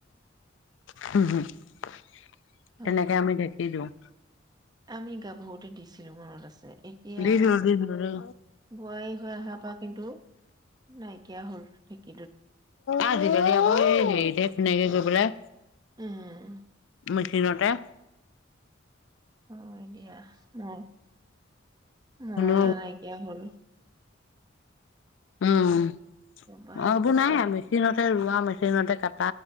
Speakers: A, on the left; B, on the right.
A: হম হম। তেনেকে
B: হয়
A: আমি ঢেকি দিওঁ।
B: আমি গাভৰুতে <unintelligible> আছে এতিয়া
A: দিছিলোঁ
B: আৰু
A: দিছিলোঁ দেই
B: বোৱাৰী হৈ অহাৰ পৰা কিন্তু নাই কিয় হল কি
A: আজিকালি আকৌ হেৰিতে ধুনীয়াকে গৈ পেলা
B: উম
A: মেচিনতে
B: অ দিয়া মোৰ মৰণা
A: কোনো
B: নাইকিয়া হ'ল
A: উম অ
B: বা
A: এইবোৰ নাই আৰু মেচিনত ৰোৱা মেচিনতে কাট